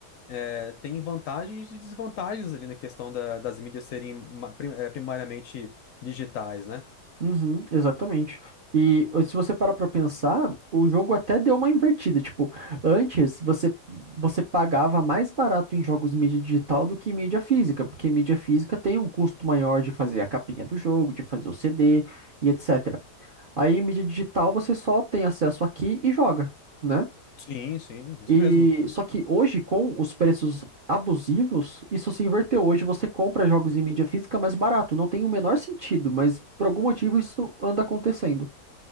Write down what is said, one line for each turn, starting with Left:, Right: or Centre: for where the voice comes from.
Left: É, tem vantagens e desvantagens ali na questão da- das mídias serem ma- prim- eh, primariamente digitais, né?
Right: Uhum, exatamente. E eh, se você parar pra pensar, o jogo até deu uma invertida. Tipo, antes você, você pagava mais barato em jogos mídia digital do que em mídia física, porque mídia física tem um custo maior de fazer a capinha do jogo, de fazer o CD e etc. Aí em mídia digital você só tem acesso aqui e joga, né?
Left: Sim, sim, isso
Right: E
Left: mesmo.
Right: só que hoje, com os preços abusivos, isso se inverteu. Hoje você compra jogos em mídia física mais barato. Não tem o menor sentido, mas por algum motivo isso anda acontecendo.